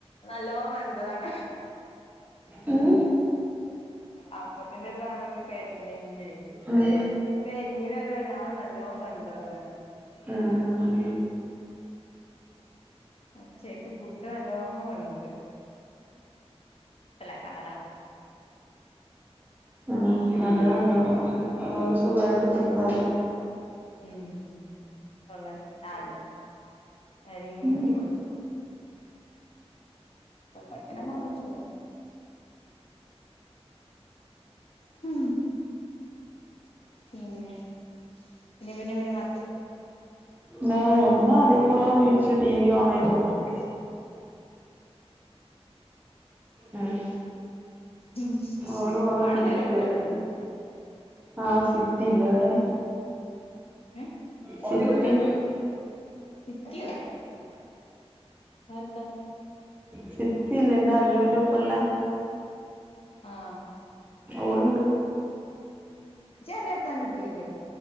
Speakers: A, on the left (about 65°); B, on the right (about 15°).
A: നല്ലോ വരണ്ടതാണ്
B: പിന്നെ
A: അപ്പത്തിന്റെ ഒരു ഭാഗം കരിഞ്ഞീനന്നേ
B: ഉം ഉം
A: കരിഞ്ഞീപറഞ്ഞ ആ നല്ലോ വെന്തതാണ്
B: ആ ആ ആ
A: അച്ചേക്ക് പുട്ടുവെല്ലോം ഓ വേന്ത് ഇല്ല കടല
B: ഉം അതല്ലോ അതുകൊണ്ട് സുഖായിട്ട് തിന്നല്ലോ
A: ഉം ഉള്ള കിട്ടാലും അരിഞ്ഞു
B: ഉം
A: വക്കൂ വേകാനാണോ വച്ചോ മൂ പിന്നെ പിന്നെപിന്നെ പിന്നെമ
B: നോ ഒന്നതിൽ ഇപ്പോളോ നീച്ച് ടി വി ഓൺയ്തു
A: <unintelligible>
B: ഉം
A: ഉം
B: ഓള് ഓളൊരു
A: അവിടെ ചേറാ
B: ഡിക്റ്ററ്റ്
A: കുട്ടികളുണ്ടോ
B: ആ സിറ്റിയില്ലേ അവിടെ
A: ഏ
B: സി <inaudible>
A: സിറ്റിയോ ആ താ
B: ചിത്തിയില്ലോ എന്റെ അല്ലൂന്റെ ഒപ്പം ള്ളെ
A: ആഹ്
B: ഓള് ണ്ട്
A: ചെറിയാത്താന്റെ കുട്ടി അല്ലേ